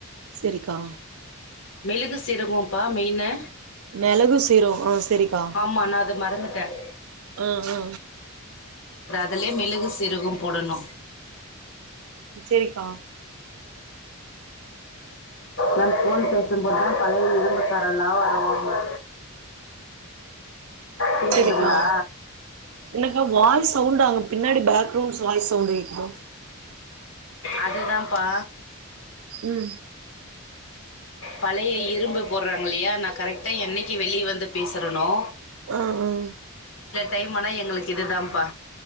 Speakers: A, on the right; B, on the left.
A: சேரிக்கா
B: மெளகு சீரகோ ப்பா மெயினு
A: மெளகு சீரகோ ஆ சேரிக்கா
B: ஆமா, நான் அத மறந்துட்டேன்.
A: ஆ ஆ
B: அதுலே மெளகு சிரகோ போடணு
A: சேரிக்கா
B: நன் ஃபோன் பேசும் <unintelligible> பழைய இரும்புக்காரல்லா வருவாங்க கேக்குதுங்களா?
A: செரிக்கா என்னக்கா வாய்ஸ் சவுண்டடு அங்க பின்னாடி பேக் <unintelligible> வாய்ஸ் சவ்ண்டு கேக்குது
B: அதுதாம்ப்பா
A: ம்
B: பழைய இரும்பு போடுறாங்ல்லயா நா கரெக்டா என்னைக்கு வெளிய வந்து பேசுறனோ
A: உம் உம்
B: டைம் ஆனா எங்ளுக்கு இது தாம்ப்பா